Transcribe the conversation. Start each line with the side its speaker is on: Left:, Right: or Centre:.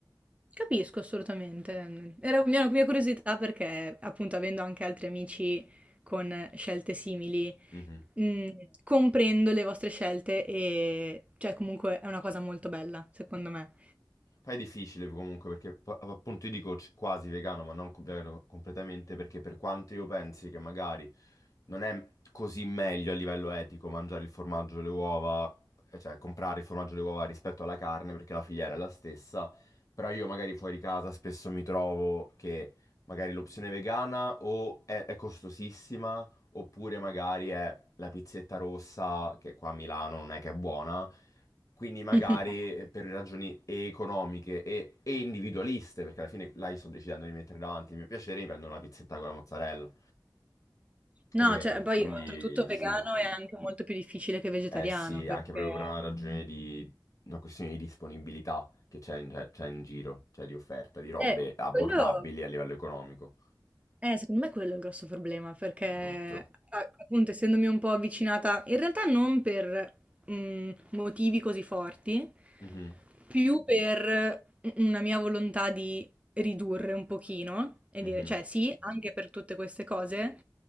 Right: Capisco assolutamente. mhmm, era mia mia curiosità perché, appunto, avendo anche altri amici con scelte simili,
Left: Mhm.
Right: mhmm, comprendo le vostre scelte e cioè comunque è una cosa molto bella, secondo me.
Left: Poi è difficile comunque perché po- appunto io dico c- quasi vegano, ma non co- vegano completamente, perché per quanto io pensi che magari non è così meglio a livello etico mangiare il formaggio e le uova, eh, cioè comprare il formaggio e le uova rispetto alla carne perché la filiera è la stessa, però io magari fuori casa spesso mi trovo che magari l'opzione vegana o è, è costosissima oppure magari è la pizzetta rossa che qua a Milano non è che è buona. Quindi magari
Right: <laughs>
Left: eh, per ragioni e economiche e, e individualiste, perché alla fine là io sto decidendo di mettere davanti il mio piacere, mi prendo una pizzetta con la mozzarella.
Right: No,
Left: E
Right: cioè poi
Left: quindi
Right: oltretutto vegano
Left: sì,
Right: è anche molto più difficile che vegetariano
Left: eh sì,
Right: perché
Left: anche proprio per una ragione di una questione di disponibilità che c'è in, c'è- c'è in giro, cioè di offerta, di robe
Right: eh,
Left: abbordabili
Right: quello
Left: a livello economico.
Right: Eh, secondo me quello è il grosso problema, perché
Left: Di brutto.
Right: a- appunto essendomi un po' avvicinata, in realtà non per mm, motivi così forti,
Left: Mhm,
Right: più per una mia volontà di ridurre un pochino e
Left: mhm,
Right: dire, cioè sì, anche per tutte queste cose,